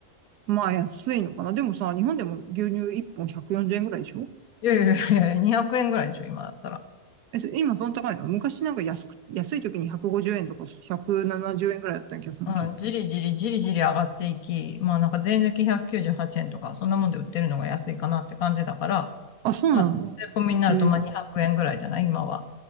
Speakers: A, on the right; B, on the left.
A: まあ安いのかな。でもさ、日本でも牛乳1本140円ぐらいでしょ
B: いやいやいやいや、200円ぐらいでしょ、今だったら。
A: え、そ今その高いの昔なんか安く、安い時に150円とか170円ぐらいだった気がするけど。
B: うん、じりじりじりじり上がっていき、まあなんか税抜き198円とか、そんなもんで売ってるのが安いかなって感じだから、
A: あ、そうなんだ。
B: まあ、税込みになるとまあ200円ぐらいじゃない今は。
A: へえ。